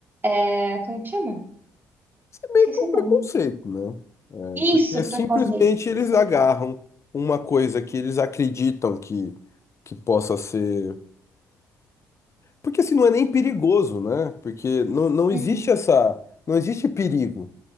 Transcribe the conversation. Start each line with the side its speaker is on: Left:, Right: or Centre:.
Right: é, como que chama?
Left: Isso é meio
Right: Esqueci
Left: que um
Right: o nome.
Left: preconceito, né?
Right: Isso,
Left: Porque simplesmente
Right: preconceito.
Left: eles
Right: Isso que
Left: agarram
Right: eu falo.
Left: uma coisa que eles acreditam que, que possa ser. Porque assim, não é nem perigoso, né? Porque não, não
Right: Uhum,
Left: existe essa. Não existe perigo